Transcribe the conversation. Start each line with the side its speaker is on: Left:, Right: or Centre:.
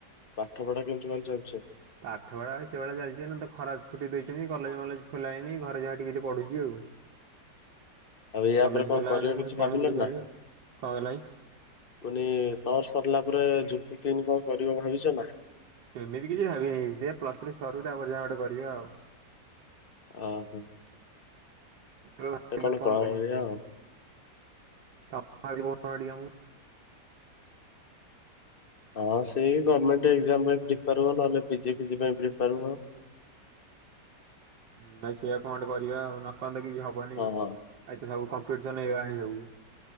Left: ପାଠ ପଢା କେମିତି କଣ ଚାଲିଛି।
Right: ପାଠ ପଢା ସେଭଳିଆ ଚାଲିଛି ଏନେତ ଖରା ଛୁଟି ଦେଇଛନ୍ତି କଲେଜ ମଲେଜ ଖୋଲାଇନିରେ ଯାହା ଟିକ ଟେ ପଢୁଛି ଆଉ।
Left: ଆଉ ୟାପରେ
Right: କଲେଜ
Left: କଣ
Right: ଖୋଲା
Left: କରିବ
Right: ହେଲେ ପୁଣି
Left: କିଛି
Right: ପଢାପଢି
Left: ଭାବିଲନି
Right: କରିବା
Left: ନା।
Right: କଣ କହିଲ ଭାଇ?
Left: ମାନେ ତର ସରିଲା ପରେ ଯୁକ୍ତ ତିନି କଣ କରିବ ଭାବିଛ ନା।
Right: ସେମିତି କିଛି ଭାବିନି ଦେ ପ୍ଲସ୍ ଥ୍ରୀ ସରୁ ତାପରେ ଯାହା ଗଟେ କରିବ ଆଉ।
Left: ଓହୋ।
Right: <inaudible>
Left: ତ କଣ କରିବା ଆଉ। ହଁ ସେଇ ଗଭର୍ମେଣ୍ଟ ଏକ୍ସାମ ପାଇଁ ପ୍ରିପାର ହୁଅ ନହଲେ ପିଜି ଫିଜି ପାଇଁ ପ୍ରିପାର ହୁଅ।
Right: ହୁଁ ଭାଇ ସେଇଆ କଣ ଗୋଟେ କରିବା ଆଉ ନ କଲେ କିଛି ହବନି
Left: ହଁ
Right: ଆ ତ ସବୁ କମ୍ପିଟିସନ ହେଇଗଲାଣି ସବୁ।